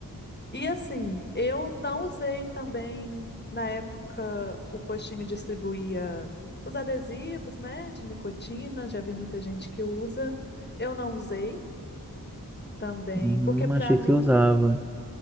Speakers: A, on the left (about 30°); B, in the centre.
A: E assim, eu não usei também, na época, o postinho distribuía os adesivos, né, de nicotina, já vi muita gente que usa. Eu não usei também,
B: Hum,
A: porque para
B: achei
A: mim
B: que você usava.